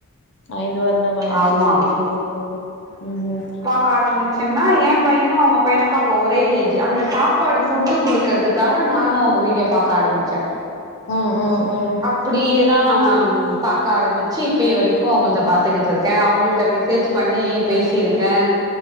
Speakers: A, on the left; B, on the right.
A: ஐந்து வருடம் ஆய்ச்சு
B: ஆமா
A: செரி செரிங்க தோழி ம் ம்
B: க ஆரம்பிச்சேனா எ பையனு அவுங்க பையனுக்கு அப்ப ஒரே ஏஜூ அந்த சாப்பாடு ஃபுட்டு குடுக்கறது க்காக நானு உங்க வீட்யோ பாக்க ஆரம்புச்சே
A: ம் ம் ம்
B: இப்டியே தா பாக்க ஆரம்பிச்சு இப்பய வரைக்கு அவுங்கள்த பாத்துகிட் ருக்கே அவுங்கள்ட மெசேஜ் பண்ணி பேசிருக்கே